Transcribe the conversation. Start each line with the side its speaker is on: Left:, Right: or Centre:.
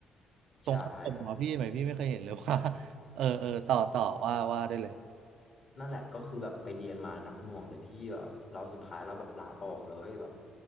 Right: ตรงข้ามกับหมอพี่ไหมพี่ไม่เคยเห็นเลยว่า
Left: ใช่ครับ
Right: <laughs> เออเออต่อต่อว่าว่าได้เลย
Left: นั่นแหละก็คือแบบไปเรียนมาหนักหน่วงเลยพี่แบบเราสุดท้ายเราแบบลาออกเลยแบบ